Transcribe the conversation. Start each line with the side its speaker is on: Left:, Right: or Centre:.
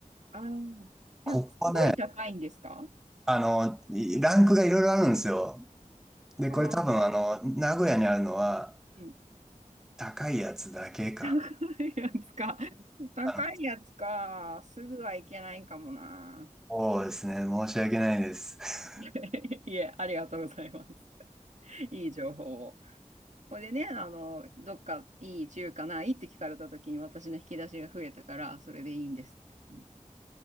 Right: ああー、たすごい高いんですか
Centre: ここね、あの、いランクがいろいろあるんですよ。で、
Right: ああ
Centre: これ多分あの、名古屋にあるのは
Right: うん。
Centre: 高いやつだけか
Right: 高いやつか。高いやつか。
Centre: な。あの、
Right: すぐはいけないかもな。
Centre: そうですね、申し訳ないです。
Right: <laughs> いえ、ありがとうございます。いい情報を。これでね、あの、どっかいい中華ないって聞かれた時に私の引き出しが増えたから、それでいいんです。うん。